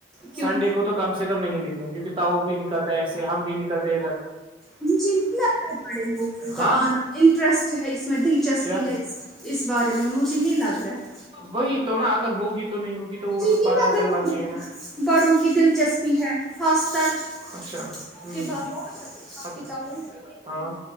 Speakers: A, in the centre; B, on the right.
A: کیوں
B: سنڈے کو تو کم سے کم نہیں نکلیں کیونکہ تاؤ بھی نکلتا ہے ایسے ہم بھی نکل رہے ت
A: مھے نہیں لگتا پڑے لوگوں کا
B: ہاں
A: آنا انٹرسٹ ہے اس میں دلچسپی
B: کیا
A: ہے اس بارے میں مجھے نہیں لگ رہا ہے
B: وہی تو نا اگر ہوگی تو نہیں ہوگی تو تو وہ
A: مجھے
B: تو
A: نہیں
B: پتا
A: لگ رہا
B: چلنا
A: بڑوں
B: چی
A: کا
B: ن
A: بڑوں کی دلچسپی ہے خاص طور
B: اچھا
A: آپ
B: ہوں
A: کے بابا آپ
B: ہاتس
A: کے تاؤ
B: ہاں